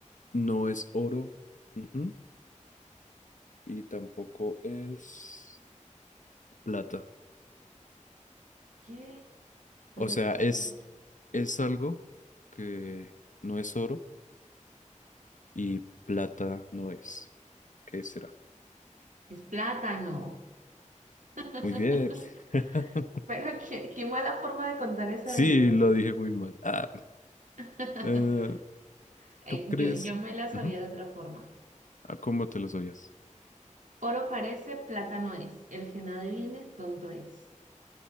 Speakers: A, on the left; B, on the right.
A: no es oro. ujú, Y tampoco es plata.
B: ¿Qué? Blanco
A: O sea, es,
B: por...
A: es algo que no es oro y plata no es. ¿Qué será?
B: Es plátano. <laughs>
A: Muy bien. <laughs>
B: Pero qué, qué mala forma de contar esa
A: Sí,
B: adivinanza.
A: lo dije muy mal. Ah,
B: <laughs>
A: eh,
B: Ay,
A: ¿tú crees?
B: Yo, yo me la sabía
A: Ujú.
B: de otra forma.
A: Ah, ¿Cómo te lo sabías?
B: Oro parece, plátano es. El que no adivine, tonto es.